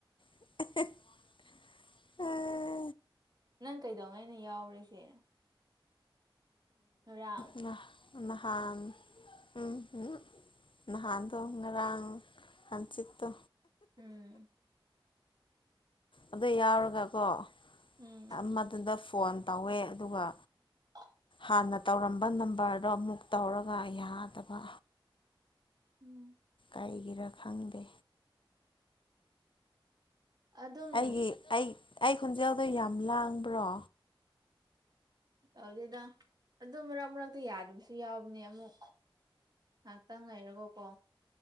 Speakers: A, on the left (about 65°); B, on the right (about 50°).
A: <unintelligible>
B: ꯅꯪ ꯀꯩꯗꯧꯉꯩꯅꯣ ꯌꯥꯎꯔꯤꯁꯦ꯫ ꯉꯔꯥꯡ꯫
A: ꯅꯍꯥ ꯅꯍꯥꯟ ꯎꯝ <unintelligible> ꯅꯍꯥꯟꯗꯣ ꯉꯔꯥꯡ ꯍꯪ ꯆꯤꯠꯇꯣ꯫
B: ꯎꯝ꯫
A: ꯑꯗꯨ ꯌꯥꯎꯔꯒꯀꯣ ꯑꯥ
B: ꯎꯝ
A: ꯑꯝꯃꯥꯗꯨꯗ ꯐꯣꯟ ꯇꯧꯋꯦ ꯑꯗꯨꯒ
B: <unintelligible>
A: ꯍꯥꯟꯅ ꯇꯧꯔꯝꯕ ꯅꯝꯕꯔꯗꯣ ꯑꯃꯨꯛ ꯇꯧꯔꯒ ꯌꯥꯗꯕ꯫
B: ꯎꯝ꯫
A: ꯑꯩ ꯒꯤꯔꯥ ꯈꯪꯗꯦ꯫
B: ꯑꯗꯨꯝ
A: ꯑꯩꯒꯤ ꯑꯩ ꯑꯩ ꯈꯣꯟꯖꯦꯜꯗꯣ ꯌꯥꯝ ꯂꯥꯡꯕ꯭ꯔꯣ꯫
B: ꯇꯧꯗꯦꯗ ꯑꯗꯣ ꯃꯔꯛ ꯃꯔꯛꯇ ꯌꯥꯗꯕꯁꯨ ꯌꯥꯎꯕꯅꯦ ꯑꯃꯨꯛ꯫ ꯉꯍꯥꯛꯇꯪ ꯂꯩꯔꯒ ꯀꯣ꯫